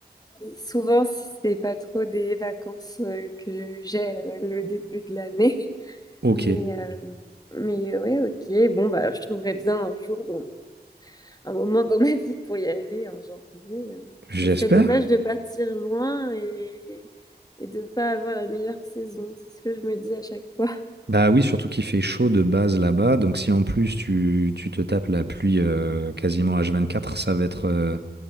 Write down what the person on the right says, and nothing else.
Ok,
j'espère.
Bah oui, surtout qu'il fait chaud de base là-bas, donc si en plus tu, tu te tapes la pluie euh, quasiment h vingt-quatre, ça va être... euh,